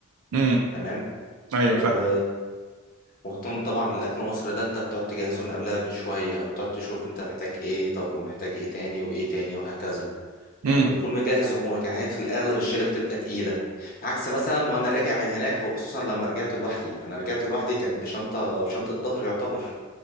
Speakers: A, on the right; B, on the left.
A: امم
B: تمام
A: <clears throat> ايوه
B: و
A: فاهم
B: وتقوم طبعا الاكل المصري ده انت بتقعد تجهزه من قبلها بشوية وبتقعد تشوف انت محتاج ايه طب ومحتاج ايه تاني وايه تاني وهكذا
A: امم
B: وبتكون مجهز امورك يعني هي في الاغلب الشيله بتبقى تقيله عكس مثلا وانا راجع من هناك وخصوصا لما رجعت لوحدي انا رجعت لوحدي كانت بشنطه بشنطه ظهر يعتبر